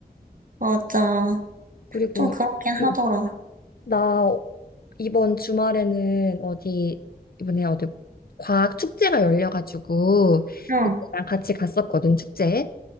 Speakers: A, on the right; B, on the left.
A: 맞아.
B: 그리고
A: 좀 그렇긴
B: <clears throat>
A: 하더라.
B: 나 이번 주말에는 어디 이번에 어디 과학 축제가 열려가지고
A: 응,
B: 친구랑 같이 갔었거든 축제에.